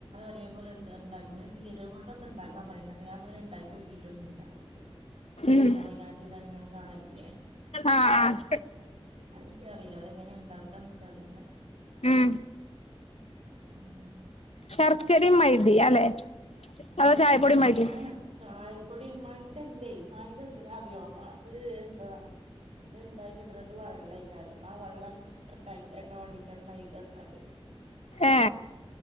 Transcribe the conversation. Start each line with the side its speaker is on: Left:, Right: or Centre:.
Right: ഇതേപോലെ എടുത്ത് ണ്ടാക്കും. പിന്നെ ജീരകംകൊണ്ടൊക്കെണ്ടാക്കൻ പ <unintelligible> ഞൻ ഇതുവരെ ണ്ടാക്കിയോക്കിയിട്ടൊന്നുല്ല. ജീരക
Left: ഉം
Right: മൈലാഞ്ചി <unintelligible> ഇങ്ങനെ കാണലില്ലേ.
Left: ആഹ് ആഹ്
Right: ച്ചറീല്ല. അതെങ്ങനെണ്ടാ- അ <unintelligible> ച്ചറീല്ല.
Left: ഉം
Right: ഉം
Left: ശർക്കരിം മൈദി അല്ലെ? അതോ ചായപ്പൊടി
Right: അതൊ ചായപൊടീം
Left: മൈദയും
Right: മൈദിം? ചായപ്പൊടി മൈതല്ലേ. മൈദ ത്തിനാ അറിയോ? മ അത് എന്താ ഇത് ഇണ്ടാക്കി കിട്ട് <unintelligible> വള്ളയ്‌ക്കാരം. ആ വള്ളം ടൈറ്റാ ക്കാൻ വേണ്ടിട്ടാണ് മൈദട്ണത്.
Left: ഏ.